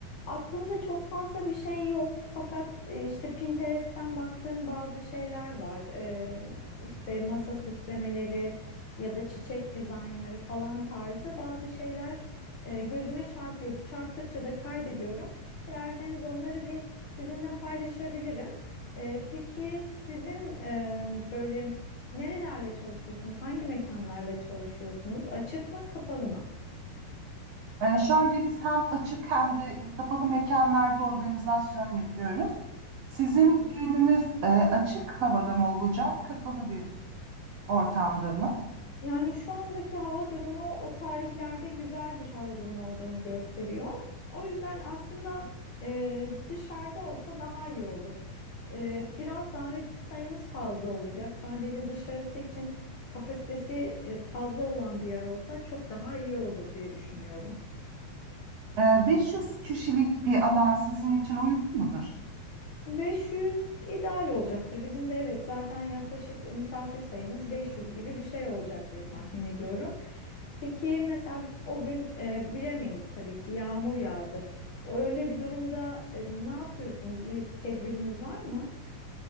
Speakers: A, on the left; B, on the right.
A: Aklımda çok fazla bir şey yok fakat e, işte Pinterest'ten baktığım bazı şeyler var. E, işte masa süslemeleri ya da çiçek dizaynları falan tarzı bazı şeyler e, gözüme çarpıyor. Çarptıkça da kaydediyorum. Dilerseniz onları bir sizinle paylaşabilirim. E, peki sizin e, böyle nerelerle çalışıyorsunuz? Hangi mekanlarla çalışıyorsunuz? Açık mı, kapalı mı?
B: Ee, şöyle biz hem açık hem de e, kapalı mekanlarda organizasyon yapıyoruz. Sizin düğününüz e, açık havada mı olacak, kapalı bir ortamda mı?
A: Yani şu andaki hava durumu o tarihlerde güzel bir hava durumu olduğunu gösteriyor. O yüzden aslında e, dışarıda olsa daha iyi olur. E, biraz davetli sayımız fazla olacak. Sadece dışarısı için kapasitesi e, fazla olan bir yer olsa çok daha iyi olur diye düşünüyorum.
B: Ee, 500 kişilik bir alan sizin için uygun mudur?
A: 500 ideal olacaktır. Bizim de evet zaten yaklaşık misafir sayımız 500 gibi bir şey olacak diye tahmin ediyorum. Peki mesela o gün e, bilemeyiz tabii ki yağmur yağdı. O öyle bir durumda e, ne yapıyorsunuz? Bir tedbiriniz var mı?